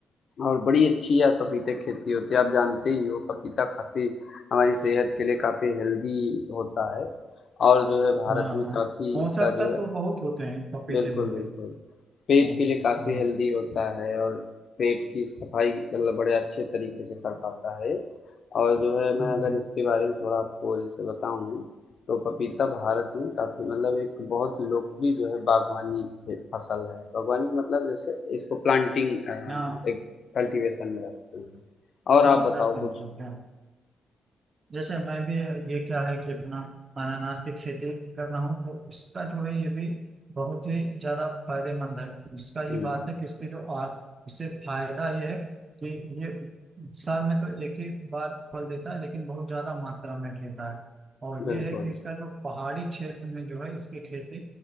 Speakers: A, on the left; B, on the right.
A: और बड़ी अच्छी यार पपीते की खेती होती है आप जानते ही हो पपीता काफ़ी हमारी सेहत के लिए काफ़ी हेल्दी होता है और जो है भारत
B: हाँ
A: में
B: हाँ
A: काफ़ी
B: पौंसठ
A: इसका जो
B: तक
A: है
B: तो बहुत होते हैं पपीते
A: बिल्कुल,
B: में
A: बिल्कुल।
B: भी
A: पेट
B: पौंसठ
A: के लिए काफ़ी
B: तक हाँ
A: हेल्दी होता है और पेट की सफाई मतलब बड़े अच्छे तरीके से कर पाता है। और जो है मैं
B: हम्म,
A: अगर इसके बारे में थोड़ा आपको जैसे बताऊँ, तो पपीता भारत में काफ़ी मतलब एक बहुत लोकप्रिय जो है बागवानी फे फसल है। बागवानी का मतलब जैसे इसको प्लांटिंग अ,
B: हाँ
A: एक कल्टीवेशन में रखते हैं। और आप
B: हाँ
A: बताओ
B: करते हैं
A: कुछ?
B: करते हैं जैसे मैं भी ये क्या है कि अपना अनानास की खेती कर रहा हूँ तो उसका जो है ये भी बहुत ही ज्यादा फायदेमंद है इसका
A: हुँ,
B: ये बात है कि इसके जो आ, इससे फायदा ये है कि ये साल में तो एक ही बार फल देता है लेकिन बहुत ज्यादा मात्रा में देता है और
A: बिल्कुल,
B: ये है कि इसका जो पहाड़ी क्षेत्र में जो है इसकी खेती